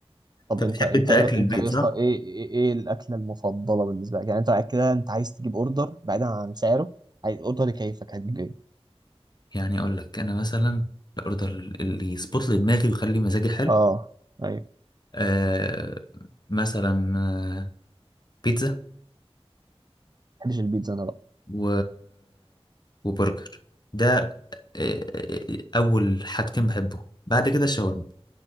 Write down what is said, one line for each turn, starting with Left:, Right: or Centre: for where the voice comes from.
Right: طب
Left: انت
Right: انت
Left: بتحب
Right: انت
Left: انت
Right: انت
Left: اكل البيت
Right: يا اسطى
Left: صح
Right: ايه ايه إيه الاكله المفضله بالنسبه لك يعني انت بعد كده انت عايز تجيب اوردر بعيدا عن سعره عايز اوردر يكيفك هتجيب ايه
Left: يعني اقول لك انا مثلا الاوردر اللي يظبط لي دماغي ويخلي مزاجي حلو
Right: اه ايوه ما
Left: آه مثلا آه بيتزا
Right: بحبش البيتزا انا بقى
Left: و... وبرجر ده آه آه، اول حاجتين بحبهم بعد كده الشاورما